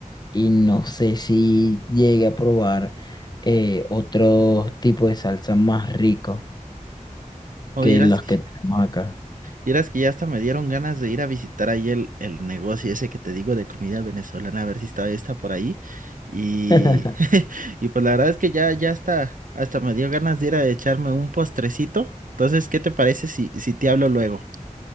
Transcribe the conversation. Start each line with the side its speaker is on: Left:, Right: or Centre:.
Left: y no sé si llegue a probar eh, otro tipo de salsa más rico
Right: o
Left: que
Right: vieras
Left: los que tenemos acá.
Right: Vieras que ya hasta me dieron ganas de ir a visitar ahí el, el negocio ese que te digo de comida venezolana, a ver si está esta por ahí. Y,
Left: <laughs>
Right: <laughs> y pues la verdad es que ya, ya hasta, hasta me dio ganas de ir a echarme un postrecito. Entonces, ¿qué te parece si, si te hablo luego?